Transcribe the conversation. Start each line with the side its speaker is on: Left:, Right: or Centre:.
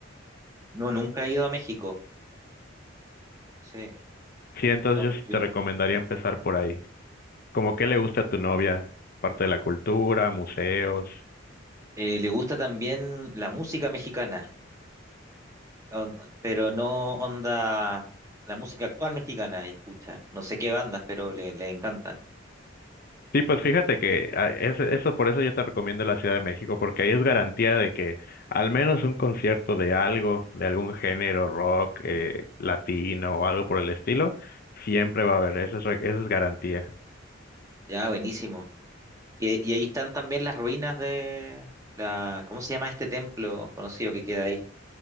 Right: No, nunca he ido a México. Sí.
Left: Sí, entonces
Right: No,
Left: yo
Right: p-
Left: sí
Right: p-
Left: te recomendaría empezar por ahí. Como qué le gusta a tu novia, parte de la cultura, museos.
Right: eh, le gusta también la música mexicana, on- pero no onda la música actual mexicana, ella escucha. No sé qué bandas, pero le, le encantan.
Left: Sí, pues fíjate que ah, es- eso, por eso yo te recomiendo la Ciudad de México, porque ahí es garantía de que al menos un concierto de algo, de algún género rock, eh, latino o algo por el estilo, siempre va a haber, eso es, re- eso es garantía.
Right: Ya, buenísimo. Y, y ahí están también las ruinas de la, ¿cómo se llama este templo conocido que queda ahí?